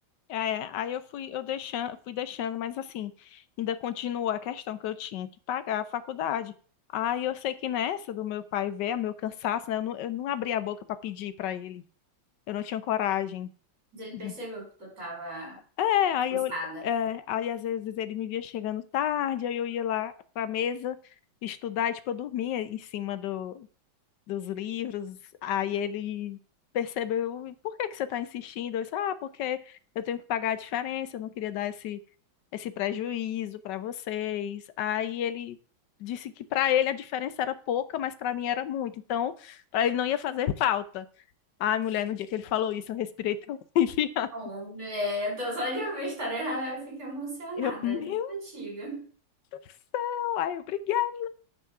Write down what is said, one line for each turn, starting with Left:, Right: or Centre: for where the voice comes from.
Left: É, aí eu fui, eu deixando, fui deixando, mas assim, ainda continuou a questão que eu tinha que pagar a faculdade. Aí eu sei que nessa do meu pai ver, meu cansaço, né? Eu não, eu não abri a boca para pedir para ele. Eu não tinha coragem.
Right: Mas Ele
Left: de-
Right: percebeu que tu tava
Left: É, aí
Right: cansada.
Left: eu, é, aí às vezes ele me via chegando tarde, aí eu ia lá para mesa estudar, e, tipo, eu dormia em cima do, dos livros. Aí ele percebeu, "E por que que você está insistindo? Eu disse, ah, porque eu tenho que pagar a diferença, eu não queria dar esse, esse prejuízo para vocês. Aí ele disse que para ele a diferença era pouca, mas para mim era muito. Então, para ele não ia fazer falta. Ai, mulher, no dia que ele falou isso, eu respirei <laughs> tão aliviada.
Right: Oh, é, eu tô só de ouvir a história, eu já fico emocionada.
Left: Eu, meu
Right: já. Antiga.
Left: Deus do céu! Ai, obrigada!